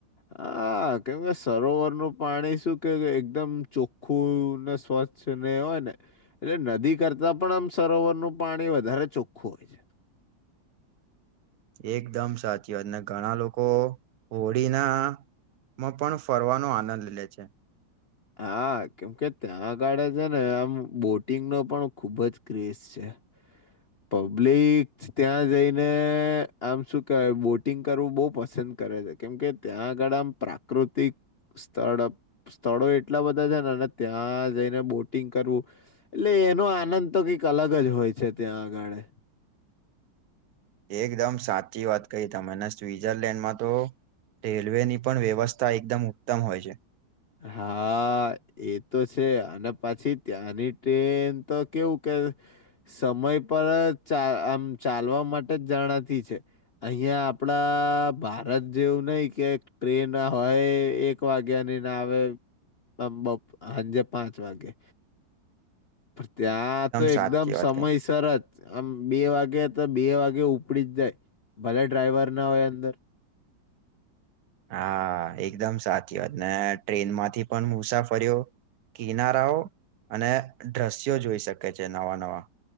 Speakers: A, on the left; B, on the right.
A: હા કેમ કે સરોવર ન પાણી શું કે એકદમ ચોખ્ખું ને સ્વ ચ્છ ને હોય ને એટલે નદી કરતા પણ આમ સરોવરનું પાણી વધારે ચોખ્ખું હોય છે.
B: <inaudible> એકદમ સાચી વાત ને ઘણા લોકો હોળીના મ પણ ફરવાનો આનંદ લે છે.
A: હા કેમ ત્યાં ગાડે છે ને આમ બોટિંગનો પણ ખુબ જ ક્રેઝ છે. પબ્લિક ત્યાં જઈને આમ શું કેવાય બોટિંગ કરવું બોવ પસંદ કરે છે કેમ કે ત્યાં આગળ આમ પ્રાકૃતિક સ્થળ સ્થળો એટલા બધા છે ને ત્યાં જઈને બોટિંગ કરવું એટલે એનો આનંદ તો કંઈક અલગ જ હોય છે ત્યાં આગળ
B: એકદમ સાચી વાત કહી તમે સ્વિઝરલેન્ડમાં તો રેલવેની પણ વ્યવસ્થા એકદમ ઉત્તમ હોય છે.
A: હા. એ તો છે અને પછી ત્યાંની ટ્રેન તો કેવું કે સ મય પર ચા આમ ચાલવા માટે જ જણાતી છે અહિયાં આપડા ભારત જેવું નય કે ટ્રેન હોય એક વાગ્યાની ને આવે ને બોપ સાંજે પાંચ વાગે. પણ ત્યાં તો
B: સાચી
A: એકદમ
B: વાત
A: સમયસર
B: કહી.
A: જ આમ બે વાગે તો બે વાગે ઉપડી જ જાય ભલે ડ્રાઈવર ના હોય અંદર
B: હા એકદમ સાચી વાત ને ટ્રેનમાંથી પણ મુસાફર્યો કિનારાઓ અને દ્રશ્યો જોઈ શકે છે નવા નવા.